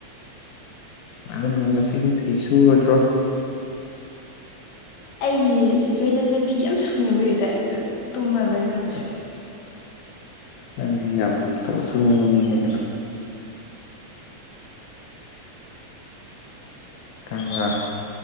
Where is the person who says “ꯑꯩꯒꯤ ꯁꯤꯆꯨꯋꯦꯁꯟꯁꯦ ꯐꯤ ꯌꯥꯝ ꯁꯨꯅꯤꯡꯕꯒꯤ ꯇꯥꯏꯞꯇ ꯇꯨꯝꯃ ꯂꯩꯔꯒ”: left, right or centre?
Left